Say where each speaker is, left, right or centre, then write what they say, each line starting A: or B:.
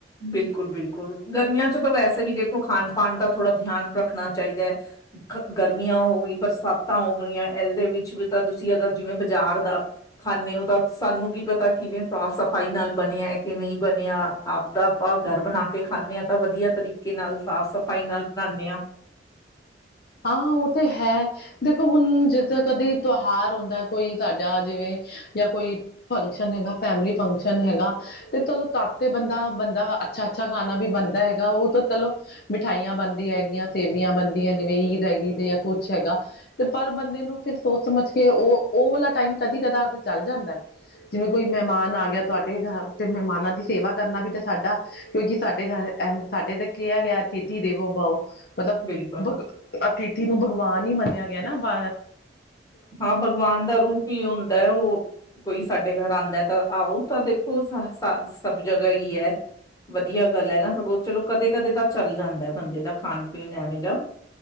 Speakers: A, on the left; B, on the left.
A: ਬਿਲਕੁਲ -ਬਿਲਕੁਲ ਗਰਮੀਆਂ ਚ ਤਾਂ ਵੈਸੇ ਵੀ ਦੇਖੋ ਖਾਣ ਪਣ ਦਾ ਥੋੜਾ ਧਿਆਨ ਰੱਖਣਾ ਚਾਹੀਦਾ ਐ। ਗਰਮੀਆਂ ਹੋ ਗਈ, ਬਰਸਾਤਾਂ ਹੋ ਗਈਆਂ। ਇਹਦੇ ਵਿੱਚ ਵੀ ਤਾਂ ਤੁਸੀਂ ਅਗਰ ਜਿਵੇਂ ਬਾਜ਼ਾਰ ਦਾ ਖਾਂਨੇ ਓ ਤਾਂ। ਸਾਨੂੰ ਕੀ ਪਤਾ ਕਿਵੇਂ ਸਾਫ਼ ਸਫ਼ਾਈ ਨਾਲ ਬਣਿਆ ਹੈ। ਕਿ ਨਹੀਂ ਬਣਿਆ ਤਾਂ ਆਪਾਂ ਘਰ ਬਣਾ ਕੇ ਖਾਂਨੇ ਆ। ਤਾਂ ਵਧੀਆ ਤਰੀਕੇ ਨਾਲ ਸਾਫ਼- ਸਫ਼ਾਈ ਨਾਲ ਬਣਾਦੇ ਆ।
B: ਹਾਂ। ਉਹ ਤੇ ਹੈ ਦੇਖੋ, ਹੁਣ ਜਿੱਦਾਂ ਕਦੀ ਤਿਉਹਾਰ ਹੁੰਦਾ। ਕੋਈ ਸਾਡਾ ਜਿਵੇਂ ਜਾਂ, ਕੋਈ ਫੰਕਸ਼ਨ ਹੈਗਾ। ਫੈਮਲੀ ਫੰਕਸ਼ਨ ਹੈਗਾ। ਤੇ ਚਲੋ ਤਦ ਤੇ ਬੰਦਾ -ਬੰਦਾ ਅੱਛਾ- ਅੱਛਾ ਖਾਣਾ ਵੀ ਬਣਦਾ ਹੈਗਾ। ਉਹ ਤਾਂ ਚਲੋ ਮਿਠਾਈਆਂ ਬਣਦੀ ਹੈਗੀਆਂ, ਸੇਵੀਆਂ ਬਣਦੀਆਂ ਜਿਵੇਂ ਈਦ ਹੈਗੀ, ਤੇ ਜਾਂ ਕੁਛ ਹੈਗਾ ਤੇ ਪਰ ਬੰਦੇ ਨੂੰ ਫਿਰ ਸੋਚ ਸਮਝ ਕੇ ਉਹ-ਉਹ ਵਾਲਾ ਟਾਈਮ ਕਦੀ ਕਦੀ-ਕਦਾਰ ਤੇ ਚੱਲ ਜਾਂਦਾ, ਜਿਵੇਂ ਕੋਈ ਮਹਿਮਾਨ ਆ ਗਿਆ। ਤੁਹਾਡੇ ਘਰ, ਮਿਹਮਾਨਾ ਦੀ ਸੇਵਾ ਕਰਨਾ ਵੀ ਸਾਡ ਸਾਡਾ ਕਿਉਂਕਿ ਸਾਡੇ ਘਰ। ਸਾਡੇ ਤੇ ਕਿਹਾ ਗਿਆ। ਅਥੀਤੀ ਦੇਵੋ ਬਓ। ਮਤਲਬ
A: ਬਿਲਕੁਲ
B: ਭਗ ਅਤੀਥੀ ਨੂੰ ਭਗਵਾਨ ਹੀ ਮੰਨਿਆ ਗਿਆ ਨਾ ਬਾ
A: ਹਾਂ ਭਗਵਾਨ ਦਾ ਰੂਪ ਹੀ ਹੁੰਦਾ ਹੈ ਉਹ ਕੋਈ ਸਾਡੇ ਘਰ ਆਂਦਾ ਤਾਂ ਆਹੋ ਤਾਂ ਦੇਖੋ ਸ ਸ ਸਭ ਜਗ੍ਹਾ ਈ ਏ। ਵਧੀਆ ਗੱਲ ਹੈ ਨਾ ਸਗੋਂ ਚਲੋ ਕਦੇ- ਕਦੇ ਤਾਂ ਚੱਲ ਜਾਂਦਾ ਬੰਦੇ ਦਾ ਖਾਣ ਪੀਣ ਐਵੇਂ ਜ